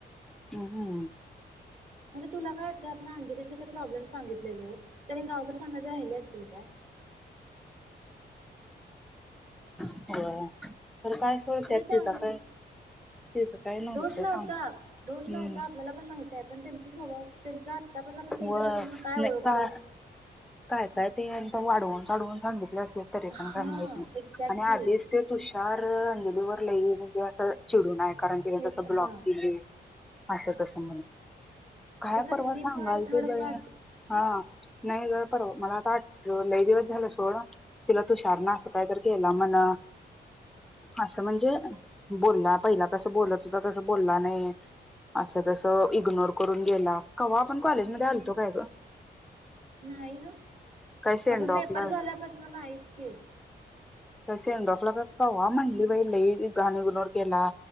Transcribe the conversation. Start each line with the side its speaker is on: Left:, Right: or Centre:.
Centre: हम्म.
Right: आता तुला काय वाटतं आपण अंजलीचा ते प्रॉब्लेम सांगितलेलो त्याने गावभर सांगायचे राहिले असतील काय?
Centre: हो खरं काय सतत
Right: त्याने चांगलं
Centre: तिचं काय तिचं काय नव्हत
Right: दोष नव्हता.
Centre: सांग
Right: दोष
Centre: हम्म.
Right: नव्हता आपल्याला पण माहित आहे, पण त्यांचा स्वभाव त्यांच आता पर्यंत आपण तीन
Centre: होय
Right: वर्षात त्यांना काय ओळखलो?
Centre: नाही का काय काय ते एकदम वाढवून चाढवून सांगितले असल. तरी
Right: हा
Centre: पण काय माहित नाही
Right: एक्झॅक्टली
Centre: आणि आधीच ते तुषार, अंजलीवर लई म्हणजे असं चिडून कारण तिस
Right: हे
Centre: ब्लॉक
Right: हा
Centre: केली अस
Right: हा
Centre: तस म्हण काय
Right: ते कसली
Centre: परवा सांगाल
Right: पोर आहेत थर्ड
Centre: ते बई.
Right: क्लास
Centre: हा नाही ग पर मला काट लय दिवस झालं सोडं तिला तू शारणा असं काय तर केला मण असं म्हणजे बोलला पहिला कसं बोललं तुझ तसं बोलला नाही असं तस इग्नोर करून गेला कवा्हा आपण कॉलेजमध्येध्ये आलतो काय ग
Right: नाही हो
Centre: काय सेंड
Right: आपण
Centre: ऑफला
Right: पेपर झाल्यापासन नाहीच की
Centre: कसेेंडोफला का कवा म्हणली बाई लई गाणी इग्नोर केला